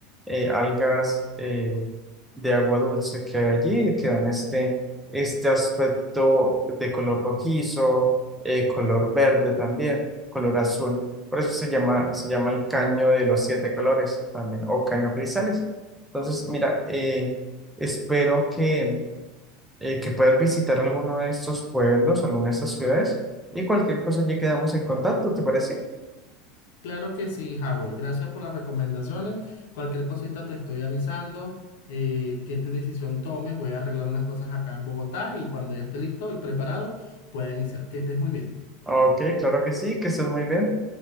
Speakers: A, in the centre; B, on the left (about 70°).
A: eh, algas eh, de agua dulce que hay allí, que dan este, este aspecto de color rojizo, eh, color verde también, color azul. Por eso se llama, se llama el caño de los siete colores también, o caño cristales. Entonces, mira, eh, espero que, eh, que puedas visitar alguno de estos pueblos, alguna de estas ciudades, y cualquier cosa allí quedamos en contacto, ¿te parece?
B: Claro que sí, Howard. Gracias por las recomendaciones. Cualquier cosita te estoy avisando eh, qué te decisión tome. Voy a arreglar unas cosas acá en Bogotá y cuando ya esté listo y preparado, pueda iniciar. Que estés muy bien.
A: Ok, claro que sí, que estés muy bien.